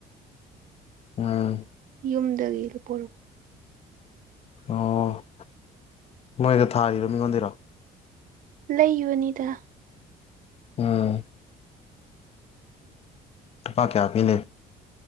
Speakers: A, on the left; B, on the right.
A: ꯎꯝ
B: ꯌꯨꯝꯗꯒꯤ ꯂꯨꯄꯨꯔꯛ
A: ꯑꯣ ꯅ‌ꯣꯏꯏꯗ ꯊꯥꯔꯤꯔꯣ ꯃꯤꯡꯉꯣꯟꯗꯩꯔꯣ
B: ꯂꯩꯕꯅꯤꯗ
A: ꯎꯝ ꯂꯨꯄꯥ ꯀꯌꯥ ꯄꯤ ꯂꯩ